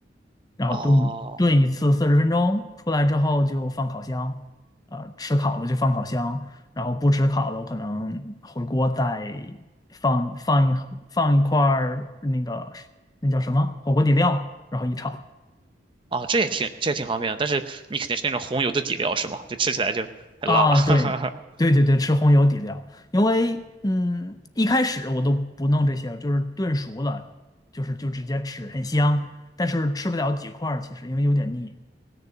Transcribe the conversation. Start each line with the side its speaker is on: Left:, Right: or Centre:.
Left: 然后炖炖一次四十分钟，
Right: 哦，
Left: 出来之后就放烤箱，呃，吃烤的就放烤箱，然后不吃烤的我可能回锅再放放一盒放一块儿那个那叫什么火锅底料，然后一炒
Right: 哦，这也挺这也挺方便的，但是你肯定是那种红油的底料是吗？就吃起来就很辣。
Left: 啊，
Right: <laughs>
Left: 对对对对，吃红油底料，因为嗯一开始我都不弄这些，就是炖熟了，就是就直接吃，很香，但是吃不了几块儿，其实因为有点腻。